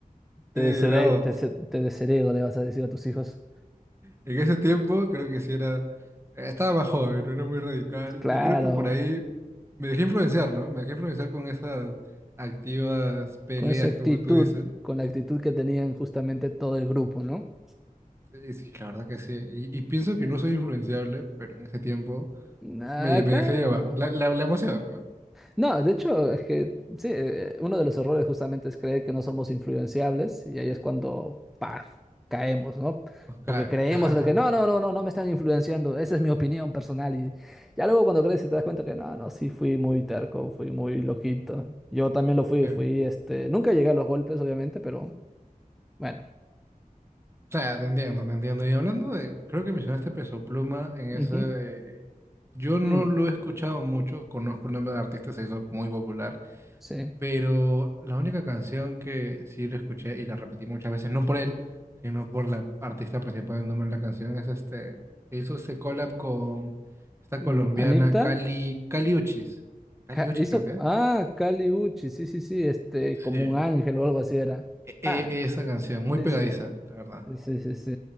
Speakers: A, in the centre; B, on the right.
A: Te
B: Sí,
A: desheredo,
B: no.
A: te, se- te desheredo, le vas a decir a tus hijos.
B: En ese tiempo creo que sí era, estaba más joven, no era muy radical
A: Claro,
B: y creo que por ahí me dejé influenciar, ¿no? Me dejé influenciar con esas activas peleas,
A: con esa actitud,
B: como tú dices.
A: con la actitud que tenían justamente todo el grupo, ¿no?
B: Y sí, la verdad que sí. Y, y pienso que no soy influenciable, pero en ese tiempo
A: Ah,
B: me, lle- me
A: claro.
B: dejé llevar. La, la, la emoción, ¿no?
A: No, de hecho, es que sí, eh, uno de los errores justamente es creer que no somos influenciables y ahí es cuando, ¡paf!, caemos, ¿no?
B: Nos cae.
A: Porque creemos
B: <laughs>
A: de que no, no, no, no, no me están influenciando, esa es mi opinión personal y ya luego cuando creces te das cuenta que no, no, sí fui muy terco, fui muy loquito. Yo también lo fui,
B: Sí.
A: fui,
B: O
A: este, nunca llegué a los golpes, obviamente, pero bueno.
B: sea, te entiendo, te entiendo. Y hablando de, creo que mencionaste Peso Pluma en ese...
A: Ujú.
B: eh, eh, yo no
A: Mm,
B: lo he escuchado mucho, conozco el nombre de artista, se hizo muy popular.
A: sí.
B: Pero la única canción que sí lo escuché y la repetí muchas veces, no por él, sino por la artista principal del nombre de la canción, es este, que hizo este collab con esta
A: Mm,
B: colombiana
A: Anita
B: Cali, Cali Uchis. Cali
A: ca-
B: Uchis
A: hizo,
B: creo que es.
A: ah, Kali Uchi, sí, sí, sí, este,
B: Sí.
A: como un ángel o algo así era.
B: E- e-
A: Ah.
B: esa canción, muy
A: Sí,
B: pegadiza,
A: sí, sí.
B: la verdad.
A: Sí, sí, sí, sí.